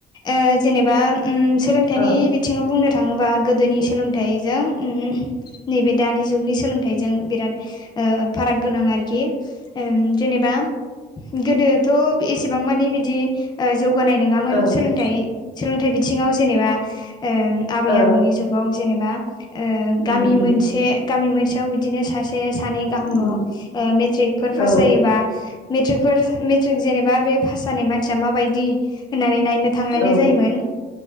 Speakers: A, on the left; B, on the left.
A: ए जेनेबा ओम सोलोंथाइनि
B: ओ
A: बि बिथिङाव बुंनो थाङोबा गोदोनि सोलोंथाइजों ओम नैबे दानि जुगनि सोलोंथाइजों बिराद ओ फाराग गोनां आरोखि। ओ जेनेबा गोदोथ' एसेबां माने बिदि ओ जौ गानाय नङामोन
B: ओ
A: सोलोंथाय सोलोंथाइ बिथिङाव जेनेबा आबै
B: ओ
A: आबौनि जुग जेनेबा ओ गामि
B: उम उम
A: मोनसे गामि मोनसेयाव बिदिनो सासे सानै गाहामल'
B: उम
A: ओ मेट्रिकफोर
B: औ
A: पास जायोबा मट्रिकफोर मेट्रिक जेनेबा बे पास जानाय मानसिया माबायदि होननानै नायनो थांलायनाय
B: औ
A: जायोमोन